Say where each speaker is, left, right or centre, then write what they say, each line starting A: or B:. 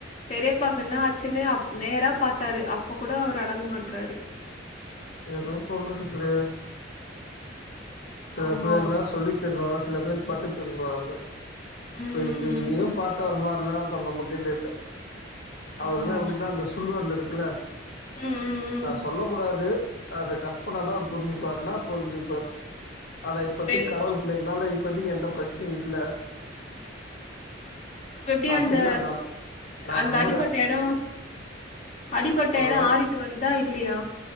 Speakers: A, on the left; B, on the left.
A: பெரியப்பாக்கு என்னே ஆச்சுன்னா அப் நேரா பாத்தாரு அப்ப கூட அவரு அடங்க மாட்றாரு
B: எதுவு சொல்றது கிடையாது சில
A: ஆமா
B: பேர் எல்லா சொல்லித் க்குறோ சில பேர் பட்டு திருந்துவாங்க
A: ம் ம்
B: இப்ப இந்த இதையு
A: ம்.
B: பாத்தா அவர் மார்லனா அப்ப நம்மகைல இல்ல அவர்
A: ஆமா
B: எல்லா எப்டினா அந்த சுண்டுவெரல் இருக் இல்ல
A: ம் ம் ம்.
B: நா சொல்ல கூடாது அத கட் பண்ணாதா அவர் புரிஞ்சுபார்ன்னா புரிஞ்சுப்பார் ஆனா இப்பத்திக்
A: இப்ப எப்-
B: கடவுள் புண்ணித்னால இப் இப்பத்திக்கு எந்த பிரச்சனயு இல்ல
A: இப்ப எப்படி
B: அப்டின்னு
A: அந்த
B: நா நம் நா
A: அந்த
B: நம்புறே
A: அடிப்பட்ட எடம் அடிப்பட்ட
B: ஓரளவுக்கு
A: எடம் ஆறிட்டு வரு தா இல்லையா